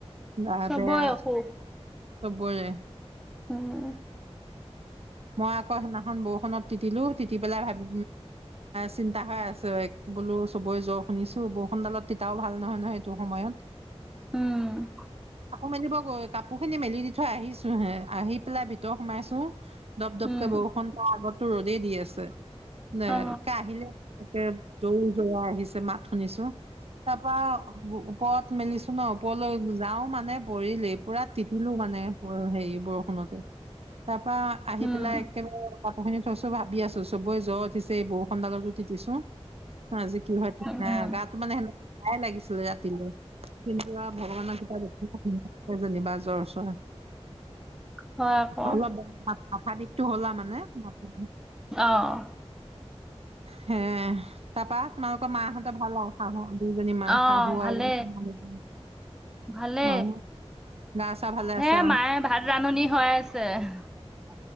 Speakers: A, on the right (about 65°); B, in the centre.
A: বাহ
B: চবৰে
A: বেয়া
B: অসুখ
A: চবৰে
B: উম
A: মই আকৌ সেইদিনাখন বৰষুনত তিতিলো তিতি পেলাই ভাবি চিন্তা হৈ আছে বোলো চব গৈ জ্বৰ শুনিছো বৰষুণডালত তিতাও ভাল নহয় নহয় এইটো সময়ত।
B: উম
A: মেলিব গৈ কাপোৰ খিনি মেলি দি থৈ আহিছো হে আহি পেলাই ভিতৰ সোমাইছো দপ দপকে
B: উম
A: বৰষুণ আগততো ৰ'দেই দি আছে। ন
B: অ
A: ক আহিলে তে জৌ জৰা আহি মাত শুনিছো তাৰ পৰা ওপৰত মেলিছো ন ওপৰলৈ যাও মানে। পৰিলেই পুৰা তিতিলো মানে হেৰি বৰষুণতে। তাৰ আহি
B: উম
A: পেলাই একেবাৰে কাপোৰ খিনি থৈছো ভাবি আছো চবে জ্বৰ উঠিছে এইবোৰ <unintelligible> আজি কি নহয় ঠিক
B: উম
A: নাই গাটো মানে সেনেকুৱা বেয়াই লাগিছিলে ৰাতিলৈ কিন্তু আৰু ভগৱানৰ ক <unintelligible> যেনিবা জ্বৰ চৰ
B: হয় আকৌ
A: অলপ বেয়া মাথা বিষটো হলা মানে <unintelligible>
B: অ
A: হে তাৰপা তোমালোকৰ মাহঁতৰ ভাল আৰু শাহু দুইজনী মাহ
B: অ
A: শাহু
B: ভালে
A: আৰু
B: ভালে
A: অ গা চা ভালে
B: হে
A: আছে
B: মায়ে ভাত ৰান্ধনি হয় আছে। আছে।